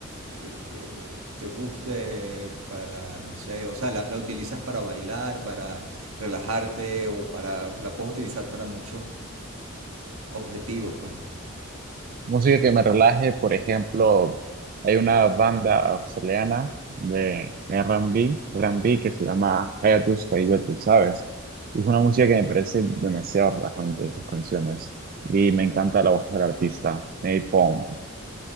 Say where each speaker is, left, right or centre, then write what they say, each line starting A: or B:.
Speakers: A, on the right (about 80°); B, on the right (about 40°).
A: que, que te guste para, no sé, o sea, la, la, utilizas para bailar, para relajarte o para la puedes utilizar para muchos objetivos, pues?
B: Música que me relaje, por ejemplo, hay una banda australiana de R&B, R&B que se llama Hayatus Coyote, ¿sabes? Y Es una música que me parece demasiado relajante, sus canciones. Y me encanta la voz del artista, Nate Pong.